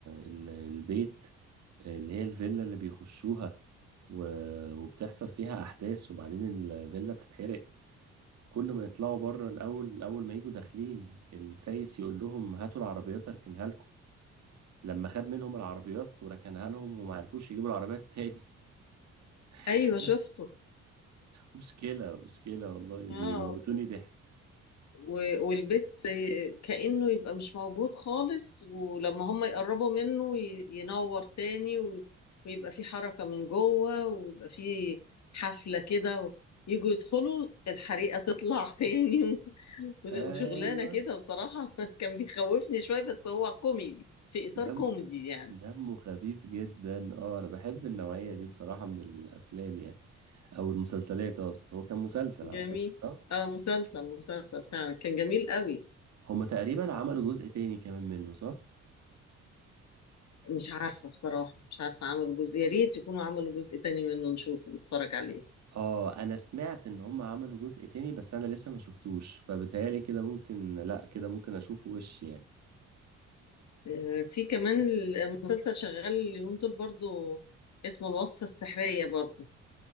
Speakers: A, on the right; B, on the left.
A: ال- البيت اللي هي الفيلا اللي بيخشوها و... وبتحصل فيها أحداث وبعدين الفيلا بتتحرق وكل ما يطلعوا بره الأول أول ما يجوا داخلين السايس يقول لهم هاتوا العربيات أركنها لكم لما خد منهم العربيات وركنها لهم وما عرفوش يجيبوا العربيات تاني <laughs>
B: ايوه شفته
A: مشكلة مشكلة والله بيموتوني
B: اه
A: ضحك
B: و- والبيت كأنه يبقى مش موجود خالص ولما هم يقربوا منه ي- ينور تاني و- ويبقى في حركة من جوه ويبقى في حفلة كده و- يجوا يدخلوا الحريقة تطلع <laughs> تاني و- و-
A: أيوة
B: وشغلانة كده بصراحة <laughs> كان بيخوفني شوية بس هو كوميدي في إطار
A: دم
B: كوميدي يعني
A: دمه خفيف جدا اه أنا بحب النوعية
B: مم.
A: دي بصراحة من الأفلام يعني أو المسلسلات أصلا هو كان مسلسل
B: جميل
A: على فكرة صح؟
B: اه مسلسل مسلسل فعلا كان جميل قوي
A: هما تقريبا عملوا جزء تاني كمان منه صح؟
B: مش عارفة بصراحة مش عارفة عملوا جزء يا ريت يكونوا عملوا جزء تاني منه نشوفه نتفرج عليه
A: اه انا سمعت ان هما عملوا جزء تاني بس انا لسه ما شفتوش فبتهيألي كده ممكن لا كده ممكن اشوفه وش يعني
B: آه، في كمان المسلسل شغال اليومين دول برضو اسمه الوصفة السحرية برضو